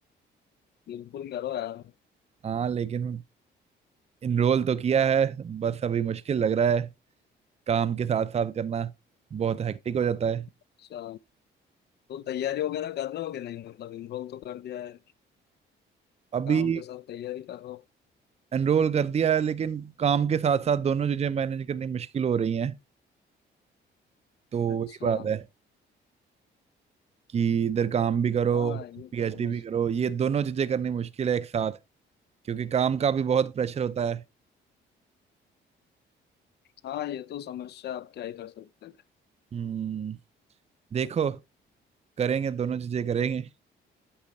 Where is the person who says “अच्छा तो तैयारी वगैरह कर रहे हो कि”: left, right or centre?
Left